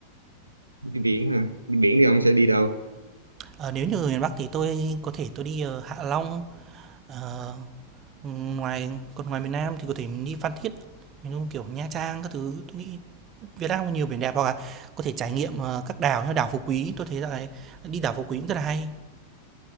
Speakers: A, on the right; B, on the right.
A: đi biển à đi biển thì ông sẽ đi đâu
B: Ờ, nếu như ở miền Bắc thì tôi có thể tôi đi ờ, Hạ Long. Ờ, ngoài còn ngoài miền Nam thì có thể mình đi Phan Thiết, mình không kiểu Nha Trang các thứ. Tôi nghĩ Việt Nam có nhiều biển đẹp hoặc là có thể trải nghiệm ờ, các đảo như đảo Phú Quý. Tôi thấy là đi đảo Phú Quý cũng rất là hay.